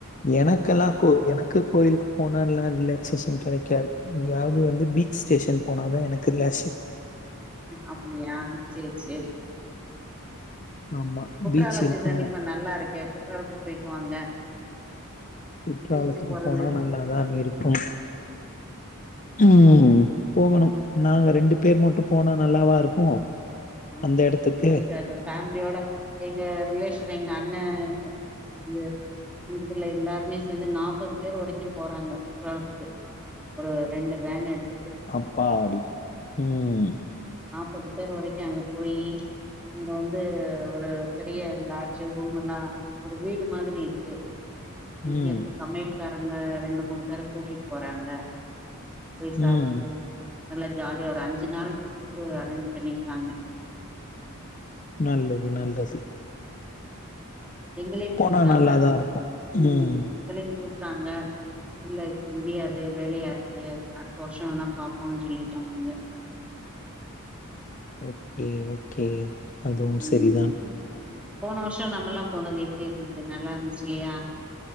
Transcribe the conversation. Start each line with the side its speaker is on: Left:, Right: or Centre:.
Left: எனக்கெல்லாம் கோ எனக்கு கோயிலுக்கு போனா எல்லாம் ரிலாக்சேஷன் கிடைக்கும் க இங்யாவது வந்து பீச் டேஷன் போன தான் எனக்கு ர
Centre: அப்படியா செரி செரி
Left: ஆமா
Centre: குற்றால
Left: பீச் இருக்கணும்.
Centre: சீசன் இப்ப நல்லா இருக்கே குற்றாலத்துக்கு போயிட்டு வாங்க
Left: குற்றாலத்துக்கு
Centre: பீச்சு போறது
Left: போனா நல்லாதான் இருக்கும் உம் போகணும் நாங்க ரெண்டு பேர் மட்டும் போனா நல்லாவா இருக்கும்
Centre: அ
Left: அந்த இடத்துக்கு.
Centre: <unintelligible> ஃபேமிலியோட எங்க ரிலேஷன் எங்க அண்ண <unintelligible> எல்லாருமே சேர்ந்து நாற்பது பேர் வரைக்கும் போறாங்க குற்றாலத்துக்கு ஒரு ரெண்டு வேன் எடுத்து
Left: அப்பாடி உம்
Centre: பது பேர் வரைக்கும் அங்க போயி இங்க வந்து ஒரு பெரிய லாஜ்ஜ் ரூம் எல்லாம் ஒரு வீடு மாதிரி இருக்கு இங்கேர்ந்து
Left: ம்,
Centre: சமயல் காருங்க ரெண்டு மூணு பேர கூட்டிட்டு போறாங்க போய்சாப்ட்டு
Left: ம்.
Centre: நல்லா ஜாலியா ஒரு அஞ்சு நாள் ட்ரிப்பு அரேஞ்ச் பண்ணி சாங்க
Left: நல்லது நல்லது
Centre: எங்களையும்
Left: போனா
Centre: கூப்பிட்டாங்க
Left: நல்லா தான் இருக்கும்.
Centre: உம்
Left: ம்.
Centre: எங்களையும் கூ ட்டாங்க இல்ல இப்ப முடியாது வேலையா இருக்கு அடுத்த வருஷம் வேனா பாப்போனுஞ் சொல்லிட்டோம் நாங்க
Left: ஓகே ஓகே அதுவும் சரிதான்
Centre: ம் போன வருஷம் நம்மல்லாம் போனது எப்படி இருந்தது நல்லா இருஞ்ச்சிலியா